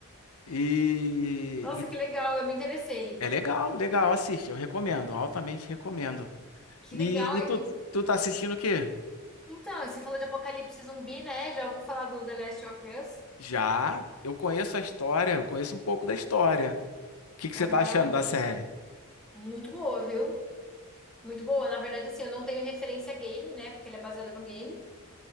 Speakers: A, on the left; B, in the centre.
A: E,
B: Nossa, que
A: e
B: legal, eu me interessei.
A: é legal, legal, assiste, eu recomendo, altamente recomendo.
B: Que
A: E,
B: legal.
A: e tu,
B: E,
A: tu tá assistindo o quê?
B: então, você falou de Apocalipse Zumbi, né? Já ouviu falar do The Last of Us?
A: Já, eu conheço a história, eu conheço um pouco da história. O que que você
B: Aham,
A: tá achando da série?
B: muito boa, viu? Muito boa. Na verdade, assim, eu não tenho referência a game, né? Porque ele é baseado no game.